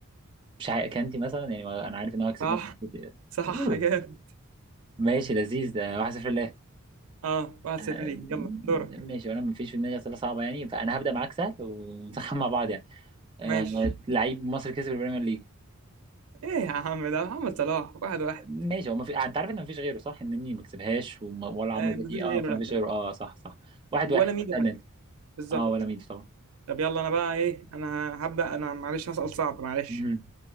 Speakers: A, on the right (about 20°); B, on the right (about 70°).
A: مش عارف كانتي مثلا يعني انا عارف ان هو كسبه
B: صح
A: مع السيتي.
B: صح
A: مم.
B: جامد
A: ماشي لذيذ ده 1-0 لله
B: اه 1-0
A: آه،
B: ليك يلا دورك
A: ماشي وانا مفيش في دماغي اسئله صعبه يعني فانا هبدا معاك سهل ونسخن مع بعض يعني آه،
B: ماشي
A: لعيب مصري كسب البريمير ليج
B: ايه يا عم ده محمد صلاح 1-1
A: ماشي هو ما في آه، انت عارف ان مفيش غيره صح انني ما كسبهاش وما... ولا عمرو
B: آه،
A: زكي
B: مفيش
A: اه
B: غيره
A: فمفيش
B: لا فعلا
A: غيره اه صح صح واحد
B: ولا
A: واحد
B: ميدو
A: استنى
B: حتى
A: انت
B: بالظبط
A: اه ولا ميدو طبعا
B: طب يلا انا بقى ايه انا هبدأ انا معلش هسأل صعب معلش
A: مهم.